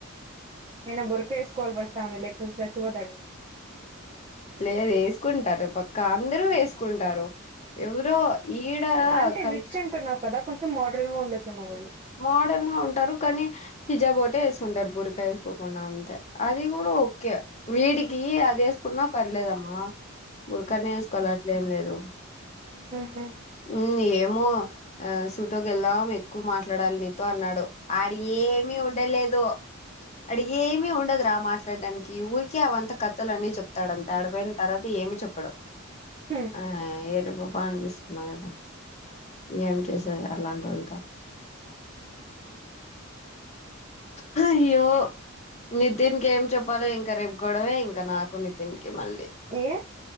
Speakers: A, on the right; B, on the left.
A: ఇగ బురకెసుకోవల్ ఫస్ట్ ఆమె లేపోతే చచ్చిపోతాడు ఈడు
B: లేదు ఏస్ క్కుంటారు పక్క అందరూ వేసుకుంటారు ఎవరో ఈడ
A: అంటే
B: కంచ్
A: రిచ్ అంటున్నావు కదా కొంచం మోడ్రన్ గా ఉండచ్చు ఏమో ళ్ళు
B: మోడర్న్ గా ఉంటారు కానీ హిజాబోటే వేసుకుంటారు బురకా వేసుకోకుండా అంతే అది కూడా ఓకే వీడికి అది వేసుకున్నా పర్లేదమ్మా ఉరకనే వేసుకోవాలి అట్లేం లేదు
A: ఊ
B: ఊ ఏమో ఆ సూటోకి వెళ్దాం ఎక్కువ మాట్లాడాలి నీతో అన్నాడు ఆడు ఏమి ఉండలేదు అడి ఏమి ఉండదురా మాట్లాడడానికి ఊరికే అవంత కథలన్ని చెప్ తడ ఆడపోయిన తర్వాత ఏమి చెప్పడు
A: ఉ
B: ఆ ఏరుపుపా అపిసిన్నాదా ఏం చేసార అలాంటోల్లతో
A: ఊ
B: హయ్యో నితిన్ కి ఏం చెప్పలి ఇంకా రేపు గొడవే ఇంకా నాకు నితిన్ కి మళ్ళీ
A: ఎ